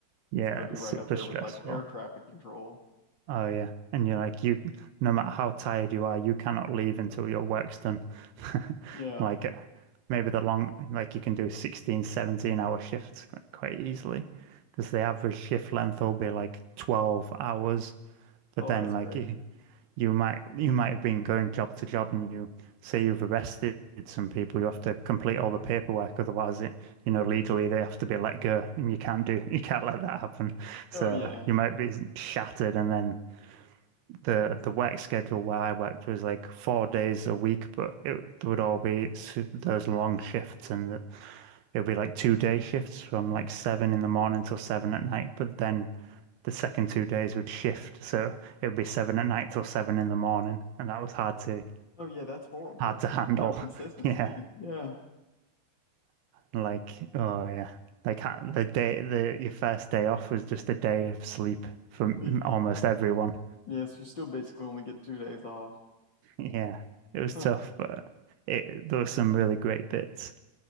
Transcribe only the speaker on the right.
yeah,
it's
super
stressful.
Oh yeah. And you're like you no matter how tired you are, you cannot leave until your work's done. <laughs>
Like uh, maybe the long like you can do 16, 17 hour shifts qu- quite easily because the average shift length will be like 12 hours. But
then
like
you, you might you might have been going job to job and you say you've arrested some people, you have to complete all the paperwork, otherwise it you know legally they have to be let go and you can't do <laughs> you can't let that happen. So
you might be shattered and then the the work schedule where I worked was like four days a week, but it would all be s- those long shifts, and it would be like two day shifts from like seven in the morning till seven at night. But then the second two days would shift, so it would be seven at night till seven in the morning, and that was hard to
hard to handle.
<laughs> Yeah,
like oh yeah, like ha- the day the your first day off was just a day of sleep for m-
almost everyone.
<laughs> Yeah, it was
tough, but it there were some really great bits.